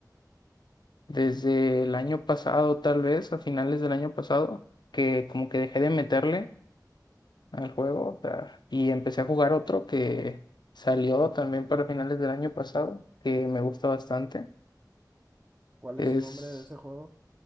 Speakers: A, on the left (about 85°); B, on the right (about 25°).
A: desde el año pasado, tal vez, a finales del año pasado, que como que dejé de meterle al juego, o sea, y empecé a jugar otro que salió también para finales del año pasado, que me gusta bastante.
B: ¿Cuál
A: Es,
B: es su nombre de ese juego?